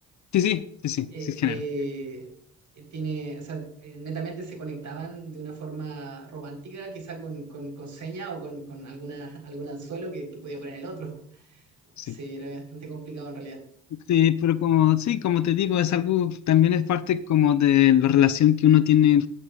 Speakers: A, on the left; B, on the right.
A: sí, sí, sí, sí,
B: eh,
A: sí, es género.
B: eh, eh, tiene, o sea, eh, netamente se conectaban de una forma romántica, quizá con, con, con seña o con, con alguna, algún anzuelo que, que podía poner el otro. Sí,
A: Sí.
B: era bastante complicado en realidad.
A: Sí, pero como, sí, como te digo, es algo, también es parte como de la relación que uno tiene